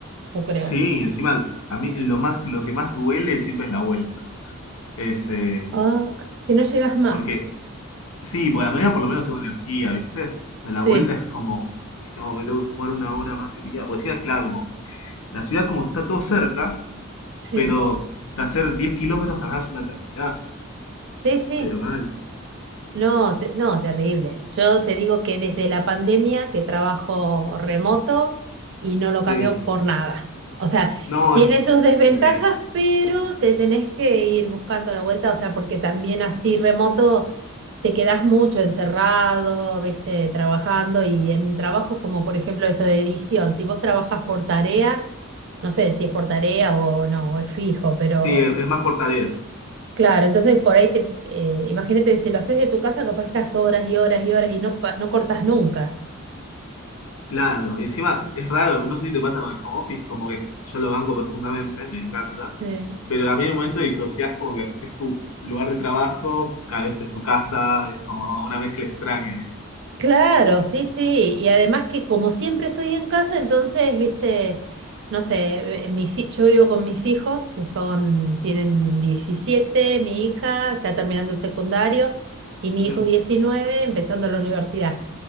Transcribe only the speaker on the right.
yo creo.
Ah, que no llegas más.
Sí,
sí,
sí, sí.
No, te- no, terrible. Yo te digo que desde la pandemia que trabajo remoto y no lo
cambio por nada. O sea,
tiene
sus desventajas,
pero te tenés que ir buscando la vuelta, o sea, porque también así remoto te quedás mucho encerrado, viste, trabajando y en trabajos como por ejemplo eso de edición, si vos trabajas por tarea, no sé si es por tarea o no, o es fijo, pero...
Claro, entonces por ahí te, eh, imagínate, si lo haces de tu casa, capaz que estás horas y horas y horas y no, pa- no cortas nunca.
Sí.
Claro, sí, sí. Y además que como siempre estoy en casa, entonces, viste, no sé, eh, mis hi- yo vivo con mis hijos, que son, tienen 17, mi hija está terminando el secundario, y mi
hijo diecinueve empezando la universidad.